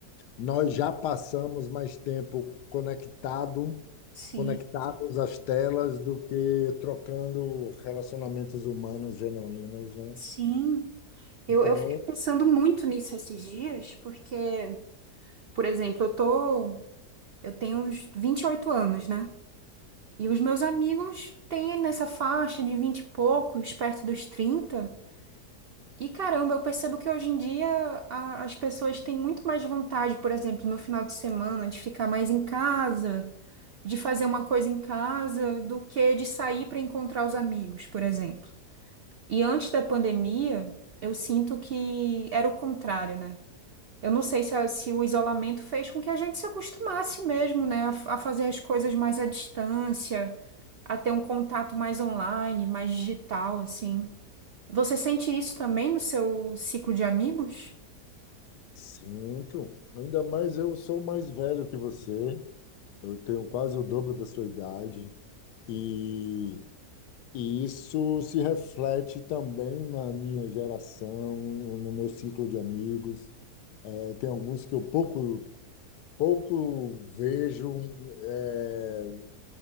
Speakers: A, on the left; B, on the right.
A: Nós já passamos mais tempo conectado,
B: Sim.
A: conectados às telas do que trocando relacionamentos humanos genuínos, né?
B: Sim. Eu,
A: Então,
B: eu fiquei pensando muito nisso esses dias, porque, por exemplo, eu tô, eu tenho uns 28 anos, né? E os meus amigos têm nessa faixa de 20 e poucos, perto dos 30. E caramba, eu percebo que hoje em dia a- as pessoas têm muito mais vontade, por exemplo, no final de semana, de ficar mais em casa, de fazer uma coisa em casa, do que de sair para encontrar os amigos, por exemplo. E antes da pandemia, eu sinto que era o contrário, né? Eu não sei se, a- se o isolamento fez com que a gente se acostumasse mesmo, né, a, f- a fazer as coisas mais à distância, a ter um contato mais online, mais digital, assim. Você sente isso também no seu ciclo de amigos?
A: sinto. Ainda mais eu sou mais velho que você. Eu tenho quase o dobro da sua idade e, e isso se reflete também na minha geração, no meu ciclo de amigos. Eh, Tem alguns que eu pouco, pouco vejo, eh,